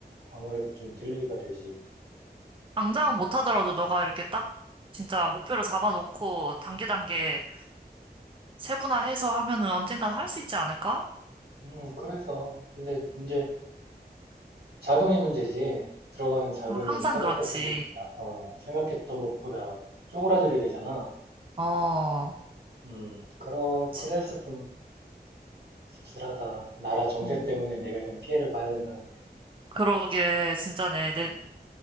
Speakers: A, on the right (about 70°); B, on the right (about 30°).
A: 아무래도 좀 딜레이가 되지.
B: 당장은 못하더라도 너가 이렇게 딱 진짜 목표를 잡아놓고 단계 단계 세분화해서 하면은 언젠간 할 수 있지 않을까?
A: 음, 그래서 근데 이제 자금이 문제지. 들어가는 자금이
B: 어, 항상
A: 생각했던
B: 그렇지.
A: 것보다 어, 생각했던 것보다 쪼그라들게 되잖아.
B: 어,
A: 음, 그러,
B: 그치.
A: 그래서 좀 씁쓸하다. 나라 정세
B: 음.
A: 때문에 내가 이런 피해를 봐야 된다는 게.
B: 그러게 진짜네. 내
A: 음.